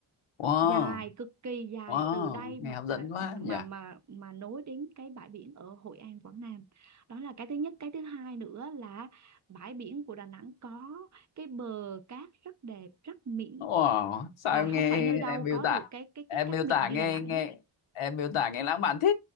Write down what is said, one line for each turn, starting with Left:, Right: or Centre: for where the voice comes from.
Left: wow
Right: dài cực kỳ dài
Left: wow
Right: từ đây
Left: nghe
Right: mà
Left: hấp
Right: à,
Left: dẫn quá
Right: mà
Left: nhỉ
Right: mà mà nối đến cái bãi biển ở Hội An Quảng Nam đó là cái thứ nhất cái thứ hai nữa là bãi biển của Đà Nẵng có cái bờ cát rất đẹp rất mịn
Left: Ủa, sao
Right: và
Left: em nghe
Right: không phải nơi đâu
Left: em miêu
Right: có
Left: tả
Right: được cái cái
Left: em
Right: cái cát
Left: miêu
Right: mịn
Left: tả
Right: như
Left: nghe
Right: Đà Nẵng
Left: nghe em miêu tả nghe lãng mạn thế